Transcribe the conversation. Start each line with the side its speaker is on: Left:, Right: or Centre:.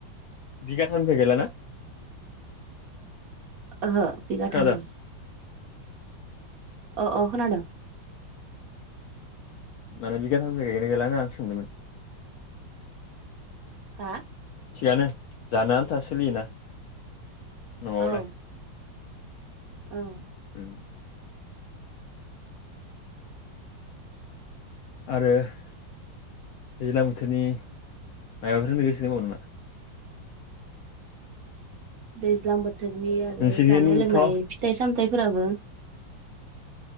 Left: बिगा थान फै गैला ना
Right: ओहो बिगाथामोन
Left: खोनादों
Right: अ अ खोनादों
Left: माने बिगाथामनिफ्राय गायोनाय गायलिया आं सोंदोंमोन
Right: हा
Left: थिगानो जानो आन्था सोलियोना न'आवलाय
Right: औ औ
Left: औ आरो दैज्लां बोथोरनि माबाफोर सोलिगसेनो दं नामा
Right: दैज्लां बोथोरनि आरो
Left: नोंसोरनिथ'
Right: जानाय लोंनाय
Left: ओ
Right: फिथाइ सामथायाइफोराबो